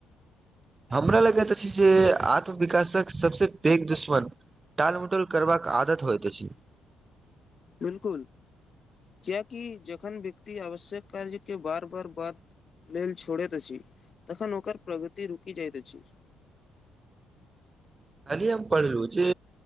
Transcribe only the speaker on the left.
बिलकुल क्या कि जखन व्यक्ति आवश्यक कार्य के बार बार बाद लेल छोड़ैत अछी तखन ओकर प्रगति रुकि जाइत अछी